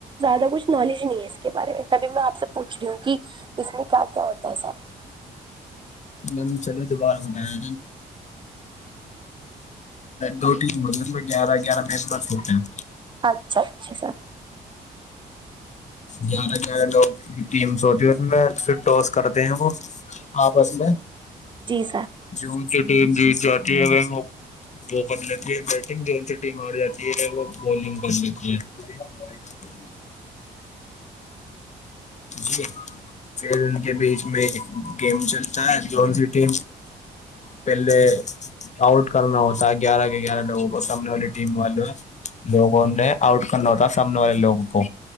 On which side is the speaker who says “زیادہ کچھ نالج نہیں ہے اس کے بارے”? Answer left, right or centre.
Right